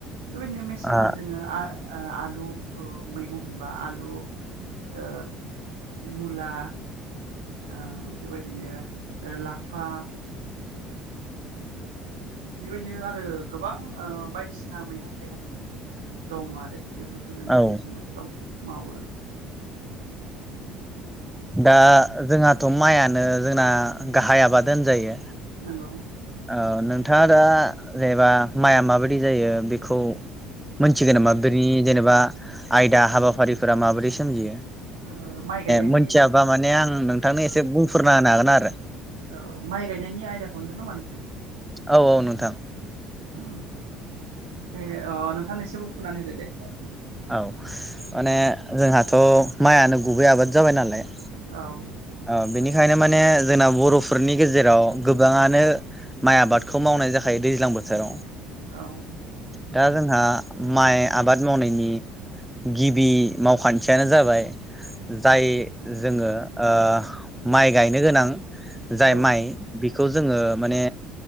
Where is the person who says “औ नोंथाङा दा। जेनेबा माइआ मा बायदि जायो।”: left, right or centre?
Centre